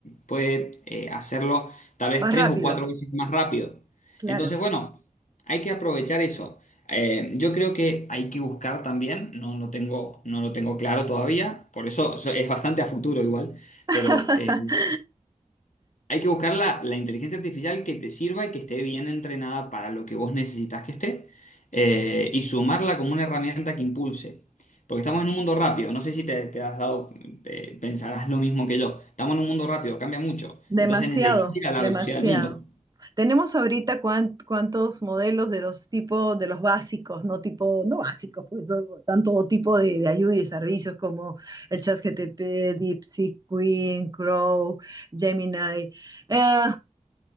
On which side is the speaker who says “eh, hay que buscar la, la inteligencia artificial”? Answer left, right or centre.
Left